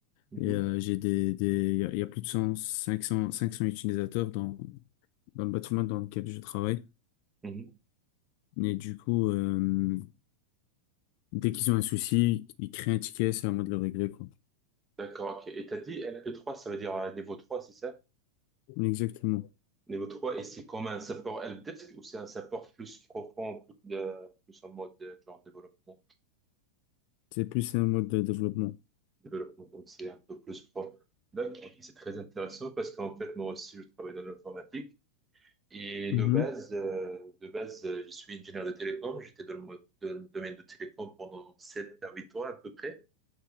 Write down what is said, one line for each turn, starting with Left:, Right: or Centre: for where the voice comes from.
Right: mhm,
Left: Et euh, j'ai des, des, il y a, il y a plus de 100, 500, 500 utilisateurs dans, dans le bâtiment dans lequel je travaille.
Right: mhm.
Left: Et du coup, euh, Dès qu'ils ont un souci, ils créent un ticket, c'est à moi de le régler, quoi.
Right: D'accord, ok. Et t'as dit lp trois, ça veut dire euh, niveau 3, c'est ça?
Left: Exactement.
Right: Niveau 3 et c'est comme un support helpdesk ou c'est un support plus profond, plus, de- plus en mode euh, genre développement?
Left: C'est plus un mode de développement.
Right: Développement, donc c'est un peu plus profond. D'accord, ok, c'est très intéressant parce qu'en fait, moi aussi, je travaille dans l'informatique. Et
Left: Mhm,
Right: de base, euh, de base, euh, je suis ingénieur de télécom. J'étais dans le, mo- dans le domaine de télécom pendant 7 à 8 ans à peu près.